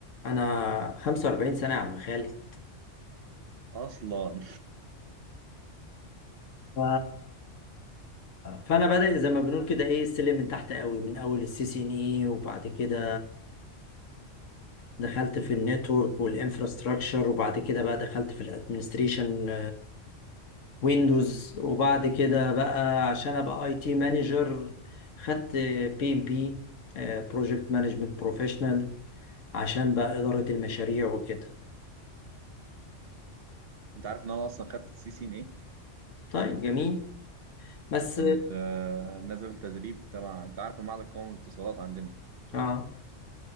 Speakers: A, on the left; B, on the right.
A: انا 45 سنة يا عم خالد
B: اصلا <laughs>
A: ف... فانا بادئ زي ما بنقول كده ايه السلم من تحت قوي من اول السي سي ان اي وبعد كده دخلت في النتورك والانفراستراكشر وبعد كده بقى دخلت في الادمنستريشن ويندوز وبعد كده بقى عشان ابقى اي تي مانجر خدت بي ام بي بروجكت مانجمنت بروفيشنال عشان بقى اداره المشاريع وكده
B: انت عارف ان انا اصلا خدت السي سي ان ايه
A: طيب جميل بس
B: كنت آه، نازل تدريب تبع انت عارف المعهد القومي للاتصالات عندنا
A: اه